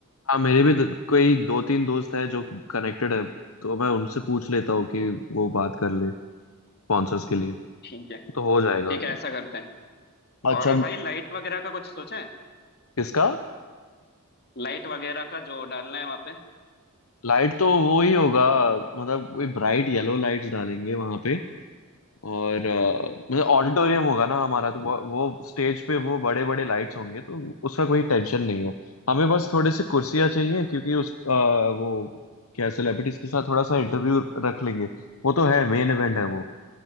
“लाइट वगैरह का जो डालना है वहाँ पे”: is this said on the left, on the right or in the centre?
Left